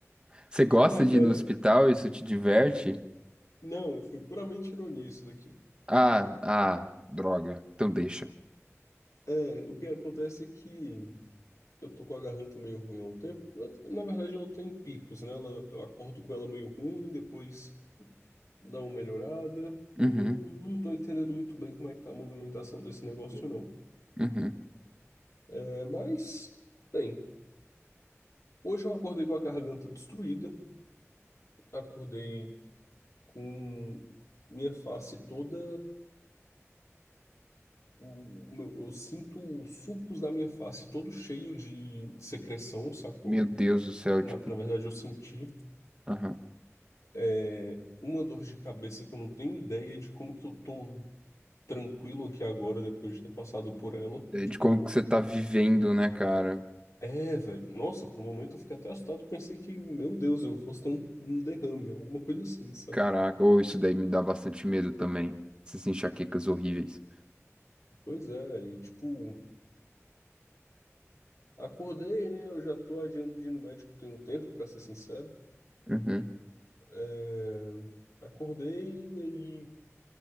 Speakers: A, on the right; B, on the left.
A: Você gosta
B: Ah, cara,
A: de ir no hospital? Isso te diverte?
B: não, foi puramente ironia isso daqui.
A: Ah, ah, droga. Então deixa.
B: É, o que acontece é que eu tô com a garganta meio ruim há um tempo. Na verdade, ela tem picos, né? Ela, eu acordo com ela meio ruim, depois dá uma melhorada. Não,
A: Uhum,
B: não tô entendendo muito bem como é que tá a movimentação desse negócio, não.
A: uhum.
B: É, mas, bem. Hoje eu acordei com a garganta destruída, acordei com minha face toda. O, o meu- eu sinto os sucos da minha face todo cheio de secreção, sacou?
A: Meu Deus do céu,
B: Na,
A: tipo,
B: na verdade, eu senti
A: aham.
B: é, uma dor de cabeça que eu não tenho ideia de como que eu tô tranquilo aqui agora depois de ter passado por ela.
A: É
B: Tipo,
A: De como que você tá vivendo, né, cara?
B: é, velho, nossa, por um momento eu fiquei até assustado, pensei que, meu Deus, eu fosse ter um, um derrame, alguma coisa assim, sabe?
A: Caraca, ou isso daí me dá bastante medo também. Essas enxaquecas horríveis.
B: Pois é, e tipo. Acordei, né? Eu já tô adiando de ir no médico tem um tempo, para ser sincero.
A: Uhum,
B: É, Acordei e aí